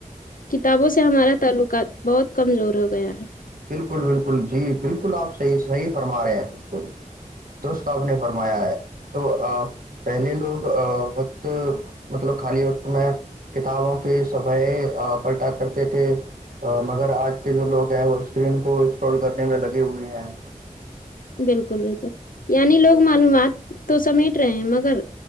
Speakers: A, on the left (about 80°); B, on the right (about 85°).
A: کتابوں سے ہمارا تعلقات بہت کمزور ہو گیا ہے
B: بالکل بالکل جی بالکل آپ صحیح صحیح فرما رہے ہیں بالکل درست آپ نے فرمایا ہے تو پہلے لوگ وقت مطلب خالی وقت میں کتابوں کے صفح پلٹا کرتے تھے مگر آج کے جو لوگ ہیں وہ اسرین کو انسٹال کرنے میں لگے ہوئے ہیں
A: بالکل بالکل یعنی لوگ معلومات تو سمیٹ رہے ہیں مگر